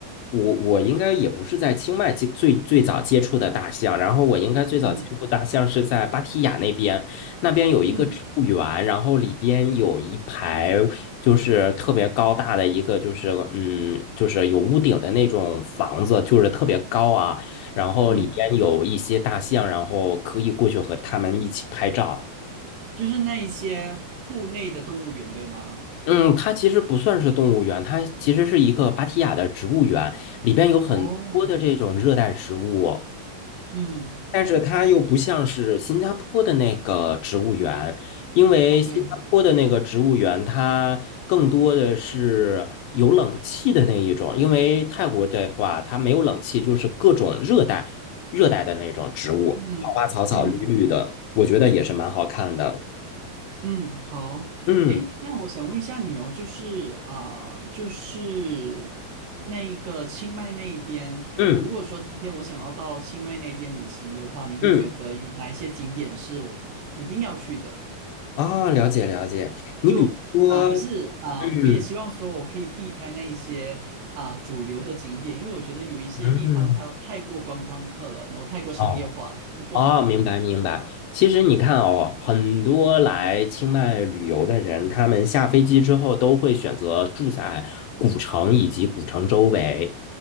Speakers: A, on the left (about 85°); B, on the right (about 70°).
A: 我我应该也不是在清迈接最最早接触的大象，然后我应该最早接触大象是在芭提雅那边，
B: 嗯
A: 那边有一个植物园，
B: 嗯
A: 然后里边有一排就是特别高大的一个就是嗯就是有屋顶的那种房子，就是特别高啊，然后里边有一些大象，
B: 嗯，
A: 然后可以过去和它们一起拍照。
B: 就是那一些户内的动物园，对吗？
A: 嗯，它其实不算是动物园，它其实是一个芭提雅的植物园，里边有很多的这种热带植物，
B: 哦，嗯
A: 但是它又不像是新加坡的那个植物园，因为新加坡的那个植物园它更多的是有冷气的那一种，
B: ，OK，
A: 因为泰国的话它没有冷气，就是各种热带热带的那种植物，
B: 嗯嗯
A: 花花草草绿绿的，我觉得也是蛮好看的。
B: 嗯，好，
A: 嗯
B: 诶，那我想问一下你哦，就是啊、就是那一个清迈那一边，
A: 嗯
B: 如果说今天我想要到清迈那边旅行的话，你会觉得有哪一些景点是我一定要去的？
A: 嗯。啊，了解了解。你比如说，
B: 就啊、可是啊、
A: 嗯
B: 我也希望说我可以避开那一些啊、主流的景点，因为我觉得有一些地方它太过观光客了，
A: 嗯，
B: 然后太过商业化了，
A: 哦
B: 就不好玩。
A: 哦，明白明白。其实你看哦，很多来清迈旅游的人，他们下飞机之后都会选择住在古城以及古城周围。